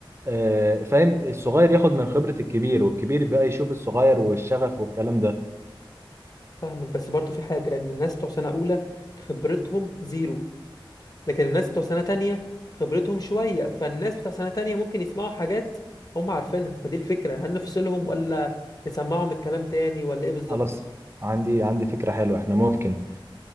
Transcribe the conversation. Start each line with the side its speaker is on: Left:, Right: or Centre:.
Right: آه، فاهم الصغير ياخد من خبرة الكبير والكبير بقى يشوف الصغير والشغف والكلام ده
Left: فاهمك بس برضو في حاجة ان الناس بتوع سنة اولى خبرتهم زيرو لكن الناس بتوع سنة تانية خبرتهم شوية فالناس بتوع سنة تانية ممكن يسمعوا حاجات هم عارفينها فدي الفكرة هل نفصلهم ولا نسمعهم الكلام تاني ولا ايه بالظبط
Right: خلاص عندي عندي فكرة حلوة احنا ممكن